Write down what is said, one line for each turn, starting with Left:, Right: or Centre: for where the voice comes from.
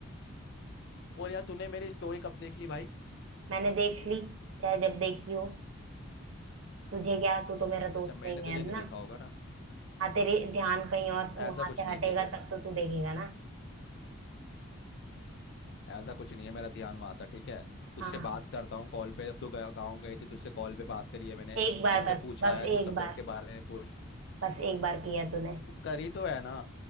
Left: और यार तूने मेरी स्टोरी कब देख ली भाई
Right: मैंने देख ली चाहे जब देखी हो तुझे क्या तू तो मेरा
Left: अच्छा
Right: दोस्त
Left: मैंने
Right: नहीं
Left: तुझे
Right: है अब
Left: नहीं
Right: ना
Left: देखा होगा ना
Right: हाँ तेरे ध्यान कहीं और वहां
Left: ऐसा
Right: से
Left: कुछ नहीं
Right: हटेगा
Left: है ठीक है
Right: तब तो तू देखेगा ना
Left: ऐसा कुछ नहीं है मेरा ध्यान वहाँ था ठीक है तुझसे
Right: हाँ
Left: बात करता हूँ कॉल पे जब तू गया गाँव गई थी तुझसे कॉल पे बात करी है मैंने
Right: एक बार
Left: तुझसे
Right: बस
Left: पूछा
Right: बस
Left: है तू
Right: एक
Left: सब्जेक्ट
Right: बार
Left: के बारे में पूछ
Right: बस एक बार किया तूने
Left: तू करी तो है ना